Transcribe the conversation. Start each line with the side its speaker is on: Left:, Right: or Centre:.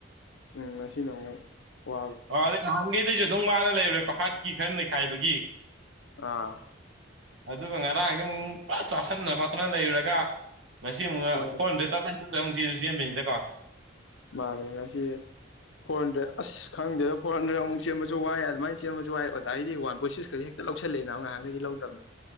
Left: ꯎꯝ ꯉꯁꯤꯅ ꯑꯃꯨꯛ ꯋꯥꯕ
Right: ꯑ ꯑꯗꯩ ꯅꯍꯥꯟꯈꯩꯗꯁꯨ ꯑꯗꯨꯝ ꯋꯥꯅ ꯂꯩꯔꯨꯔꯦꯀꯣ ꯍꯥꯠꯀꯤ ꯈꯔ ꯅꯩꯈꯥꯏꯕꯒꯤ
Left: ꯑꯥ
Right: ꯑꯗꯨꯒ ꯉꯔꯥꯡꯁ‌ꯦ ꯑꯃꯨꯛ ꯄꯨꯔ ꯆꯥꯥꯁꯟꯅ ꯈꯣꯠꯇꯅ ꯂꯩꯔꯨꯔꯒ ꯉꯁꯤ ꯑꯃꯨꯛ
Left: ꯍꯣꯏꯅꯦ
Right: ꯐꯣꯔ ꯍꯟꯗ꯭ꯔꯦꯠ ꯇꯞꯇꯥꯏ ꯇꯨꯝ <unintelligible> ꯆ‌ꯦꯟ ꯆꯦꯟꯕꯩꯅꯤꯗꯀꯣ
Left: ꯃꯥꯅꯦ ꯉꯁꯤ ꯐꯣꯔ ꯍꯟꯗ꯭ꯔꯦꯠ ꯑꯁ ꯈꯪꯗꯦꯗ ꯐꯣꯔ ꯍꯟꯗ꯭ꯔꯦꯗ ꯑꯃꯨꯛ ꯆꯦꯟꯕꯁꯨ ꯋꯥꯏ ꯑꯗꯨꯃꯥꯏꯅ ꯆꯦꯟꯕꯁꯨ ꯋꯥꯏ ꯑꯣꯖꯥꯒꯤꯗꯤ ꯋꯥꯟ ꯄꯣꯏꯁꯤꯛꯁ ꯈꯛ ꯍꯦꯛ ꯍꯦꯛꯇ ꯂꯧꯁꯤꯜꯂꯛꯑꯦ ꯅꯕ ꯅꯥꯍꯟꯈꯩꯗꯤ ꯂꯧꯗꯝ